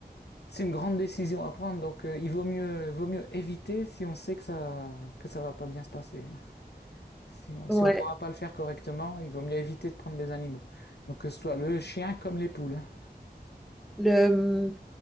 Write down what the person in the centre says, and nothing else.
Ouais,
le, hum,